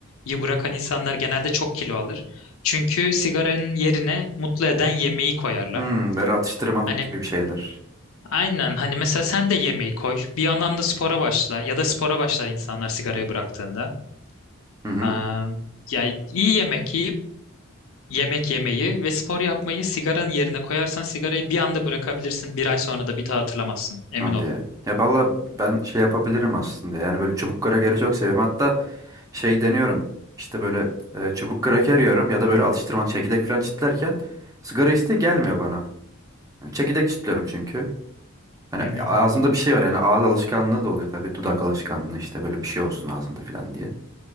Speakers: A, on the left (about 70°); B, on the right (about 15°).
A: bırakan insanlar genelde çok kilo alır. Çünkü sigaranın yerine mutlu eden yemeği koyarlar.
B: Hmm, böyle atıştırmalık
A: Hani
B: gibi bir şeyler.
A: aynen hani mesela sen de yemeği koy. Bir yandan da spora başla ya da spora başlar insanlar sigarayı bıraktığında.
B: Hı hı.
A: Aa, yani iyi yemek yiyip yemek yemeyi ve spor yapmayı sigaranın yerine koyarsan sigarayı bir anda bırakabilirsin. Bir ay sonra da bir daha hatırlamazsın. Emin
B: Hadi
A: ol.
B: ya. Ya valla ben şey yapabilirim aslında. Yani böyle çubuk krakeri çok seviyorum. Hatta şey deniyorum. İşte böyle e, çubuk kraker yiyorum ya da böyle atıştırmalık çekirdek falan çitlerken sigara isteği gelmiyor bana. Yani çekirdek çitliyorum çünkü. Hani
A: Hı hı.
B: ağzımda bir şey var yani ağız alışkanlığı da oluyor tabii. Dudak alışkanlığı işte böyle bir şey olsun ağzımda falan diye.